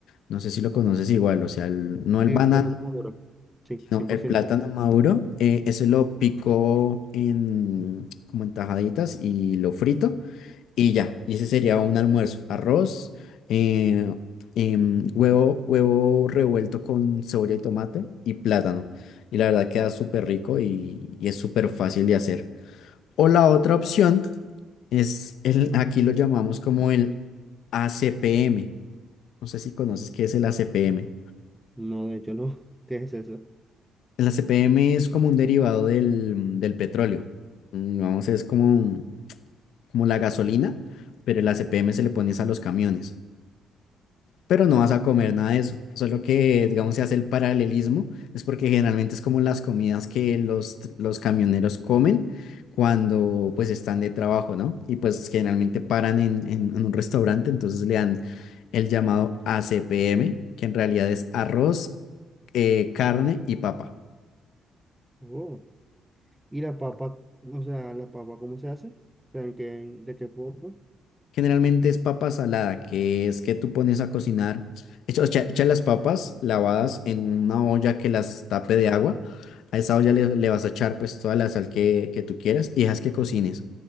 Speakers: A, on the left; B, in the centre.
A: no sé si lo conoces igual, o sea, el- no el
B: Sí,
A: banano,
B: plátano maduro. Sí,
A: no,
B: cien por
A: el
B: ciento.
A: plátano maduro, eh, ese lo pico en, como en tajaditas y lo frito. Y ya, y ese sería un almuerzo. Arroz, eh, em, huevo, huevo revuelto con cebolla y tomate y plátano. Y la verdad queda súper rico y, y es súper fácil de hacer. O la otra opción es, el, aquí lo llamamos como el ACPM. No sé si conoces qué es el ACPM.
B: No, de hecho no. <laughs> ¿Qué es eso?
A: El ACPM es como un derivado del, del petróleo. Mm, Vamos, es como, un- como la gasolina, pero el ACPM se le pones a los camiones. pero no vas a comer nada de eso. Solo que, digamos, se hace el paralelismo, es porque generalmente es como las comidas que los, t- los camioneros comen cuando pues están de trabajo, ¿no? Y pues generalmente paran en, en- en un restaurante, entonces le dan el llamado ACPM, que en realidad es arroz, eh, carne y papa.
B: Oh. ¿Y la papa? O sea, ¿la papa cómo se hace? O sea, ¿en qué, de qué forma?
A: Generalmente es papa salada, que es que tú pones a cocinar, echa- echa- echas las papas lavadas en una olla que las tape de agua. A esa olla le, le vas a echar pues toda la sal que, que tú quieras y dejas que cocines